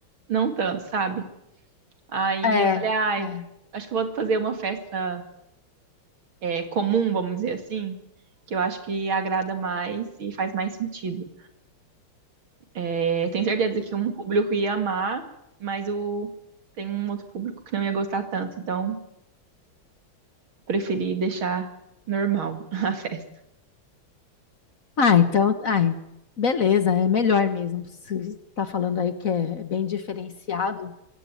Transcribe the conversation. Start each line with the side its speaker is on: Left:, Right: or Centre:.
Right: não tanto, sabe? Aí
Left: é,
Right: eu falei, ai,
Left: é.
Right: acho que eu vou fazer uma festa é, comum, vamos dizer assim, que eu acho que agrada mais e faz mais sentido. É, tenho certeza que um público ia amar, mas o, tem um outro público que não ia gostar tanto, então preferi deixar normal <laughs> a festa.
Left: Ah, então, ai, beleza, é melhor mesmo. Você está falando aí que é é bem diferenciado.